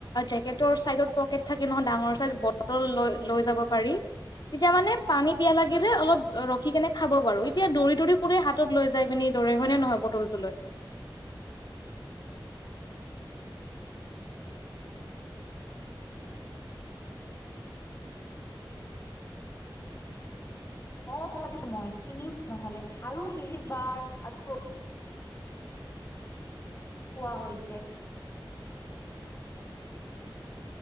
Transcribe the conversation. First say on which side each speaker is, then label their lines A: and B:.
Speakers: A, on the left; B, on the left.
A: জেকেটৰ চাইডত পকেট থাকে নহয় ডাঙৰ চাইড বটল লৈ-লৈ যাব পাৰি। তেতিয়া মানে পানী পিয়াহ লাগে যে অলপ ৰখি কেনি খাব পাৰো এতিয়া দৌৰি দৌৰি কোনে হাতত লৈ যাই পিনি দৰি হয়নে নহয় বটলটো লৈ।
B: অ', অ', মই কিনিম নহলে আৰু হেৰি বাৰ প্ৰটিন পোৱা হৈছে।